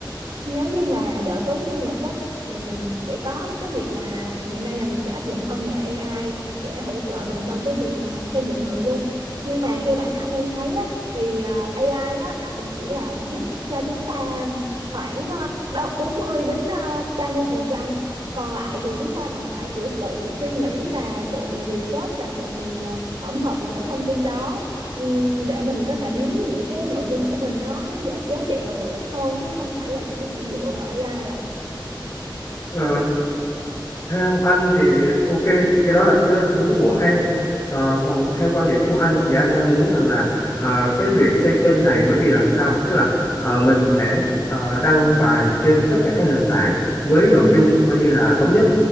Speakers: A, on the right; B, on the left.
A: nếu như mà đỡ tốn nhân lực á thì mình sẽ có cái việc là hiện nay là mình sẽ áp dụng công nghệ AI để hỗ trợ mình trong cái việc ờ, xây dựng nội dung nhưng mà theo bản thân em thấy á thì ờ, AI á nó cũng chỉ là giúp cho chúng ta khoảng ờ, ba- 40 đến ờ, ba mươi phần trăm còn lại thì chúng ta vẫn phải tự tự suy nghĩ và tự mình research và tự mình ờ, tổng hợp những cái thông tin đó ừm, để mình có thể biến những cái nội dung của mình nó giá giá trị và hữu ích hơn chứ không phải là kiểu chỉ dựa vào A I ạ
B: Ờ, Theo anh thì ok thì cái đó là cái hướng của em Ờ, còn theo quan điểm của anh thì anh đang muốn rằng là à, cái việc xây kênh này bởi vì rằng là sao tức là ờ, mình sẽ ờ, đăng bài trên tất cả các nền tảng với nội dung coi như là thống nhất